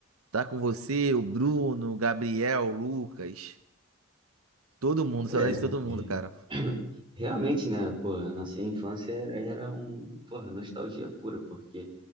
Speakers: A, on the right; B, on the right.
A: estar com você, o Bruno, o Gabriel, o Lucas. Todo mundo,
B: É,
A: saudade de todo mundo,
B: re-
A: cara.
B: <clears throat> realmente, né, pô, a nossa infância era, era um, porra, nostalgia pura, porque